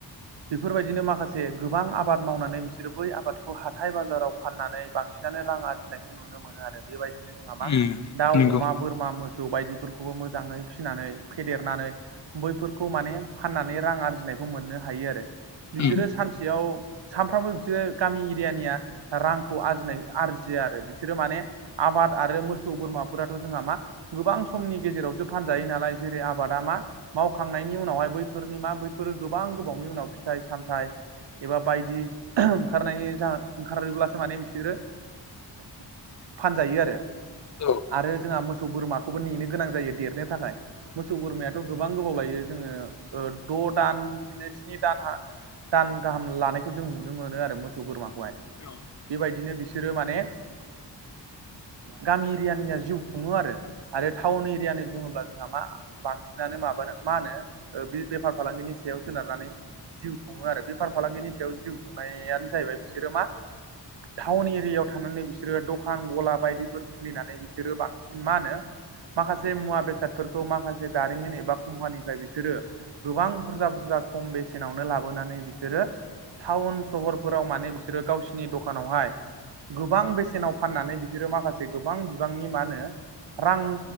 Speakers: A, on the right; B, on the left.
A: बेफोरबायदिनो माखासे गोबां आबाद मावनानै बिसोरो बै आबादखौ हाथाय बाजाराव फाननानै बांसिनानो रां आरजिनायखौ नुनो मोनो आरो बे बायदि। बिदिनो जोंहा मा
B: उम
A: दाउ,
B: नंगौ
A: अमा, बोरमा मोसौ बायदिफोरखौबो मोजाङै फिसिनानै फेदेरनानै बैफोरखौ माने फाननानै रां आरजिनायखौ मोननो हायो आरो। बिसोरो
B: उम
A: सानसेयाव सानफ्रामबो बिसोरो गामि एरियानिया रांखौ आरजिनाय आरजियो आरो। बिसोरो माने आबाद आरो मोसौ बोरमाफोराथ' जोंहा मा गोबां समनि गेजेरावसो फानजायो नालाय। जेरै- आबादा मा मावखांनायनि उनावहाय बैफोरनि मा बैफोरो गोबां गोबावनि उनाव फिथाइ सामथाइ एबा बायदि ओंखारनायनि जाहो ओंखारोब्लासो माने बिसोरो फानजायो आरो
B: औ
A: आरो जोंहा मोसौ बोरमाखौबो नेनो गोनां जायो देरनो थाखाय मोसौ बोरमायाथ' गोबां गोबाव लायो जोङो द' दान बिदिनो स्नि दानहा दान गाहाम लानायखौ जों नुनो मोनो आरो मोसौ बोरमाखौहाय
B: औ
A: बेबायदिनो बिसोरो माने गामि एरियानिया जिउ खुङो आरो आरो टाउन एरियानि बुङोब्ला जोंहा मा बांसिनानो माबानो मा होनो बेफार फालांगिनि सायाव सोनारनानै जिउ खुङो आरो बेफार फालांगिनि सायाव जिउ खुंनायानो जाहैबाय फिसोरो मा टाउन एरियायाव थानानै बिसोरो दखान गला बायदिफोर खुलिनानै बिसोरो बांसिन मा होनो माखासे मुवा बेसाद फोरखौ माखासे दारिमिन एबा कम्पानिफ्राय बिसोरो गोबां बुरजा बुरजा खम बेसेनावनो लाबोनानै बिसोरो टाउन सहरफोराव माने बिसोरो गावसिनि दखानावहाय गोबां बेसेनाव फाननानै बिसोरो माखासे गोबां बिबांनि मा होनो रां